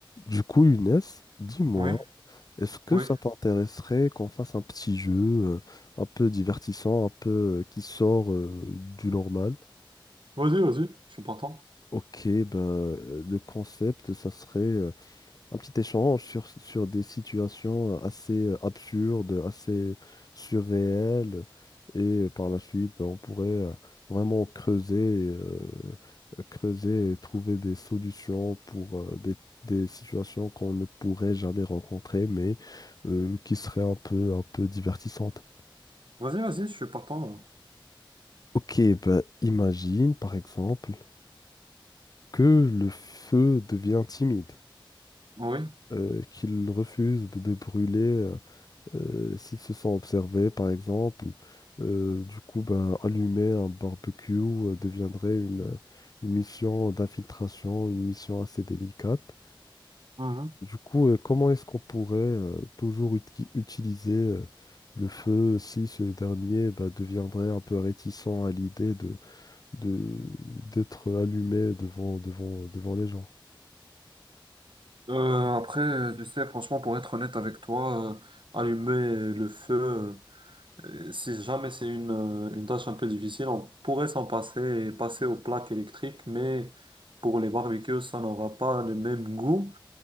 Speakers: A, on the left; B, on the right.
A: Du coup, Younes, dis-moi,
B: Oui,
A: est-ce que
B: oui.
A: ça t'intéresserait qu'on fasse un petit jeu euh, un peu divertissant, un peu euh, qui sort euh, du normal?
B: Vas-y, vas-y, je suis partant.
A: Ok, ben, euh, le concept, ça serait euh, un petit échange sur, sur des situations euh, assez euh, absurdes, assez surréelles. Et euh, par la suite, ben, on pourrait euh, vraiment creuser, euh, creuser et trouver des solutions pour euh, des, des situations qu'on ne pourrait jamais rencontrer, mais euh, qui seraient un peu, un peu divertissantes.
B: Vas-y, vas-y, je suis partant.
A: Ok, ben, imagine par exemple que le feu devient timide,
B: Oui.
A: euh, qu'il refuse de brûler euh, euh, s'ils se sont observés, par exemple. Euh, du coup, ben, allumer un barbecue euh, deviendrait une, euh, une mission d'infiltration, une mission assez délicate.
B: Mhm.
A: Du coup, euh, comment est-ce qu'on pourrait euh, toujours uti- utiliser euh, le feu si ce dernier ben, deviendrait un peu réticent à l'idée de, de- d'être allumé devant, devant, devant les gens?
B: Euh, après, tu sais, franchement, pour être honnête avec toi, euh, allumer le feu, euh, si jamais c'est une, euh, une tâche un peu difficile, on pourrait s'en passer et passer aux plaques électriques, mais pour les barbecues, ça n'aura pas le même goût.